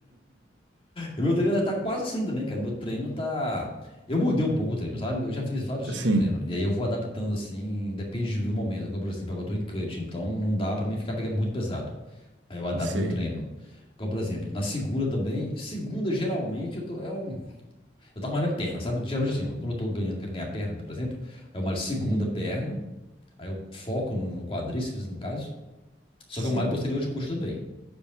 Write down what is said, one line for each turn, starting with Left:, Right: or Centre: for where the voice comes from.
Left: E meu treino já tá quase assim também, cara. Meu treino tá. Eu mudei um pouco o treino, sabe? Eu já fiz vários tipos
Right: Sim,
Left: de treino. E aí eu vou adaptando, assim, depende do momento. Igual, por exemplo, agora eu tô em cut, então não dá pra mim ficar pegando muito pesado. Aí eu adapto
Right: sei.
Left: meu treino. Igual, por exemplo, na segunda também. Segunda, geralmente, eu tô. É um... Eu tava malhando perna, sabe? Geralmente assim, quando eu tô ganhando, querendo ganhar perna, por exemplo, aí eu malho segunda
Right: Hum,
Left: perna. Aí eu foco no no quadríceps, no caso. Só
Right: Sim.
Left: que é um malho posterior de coxa também.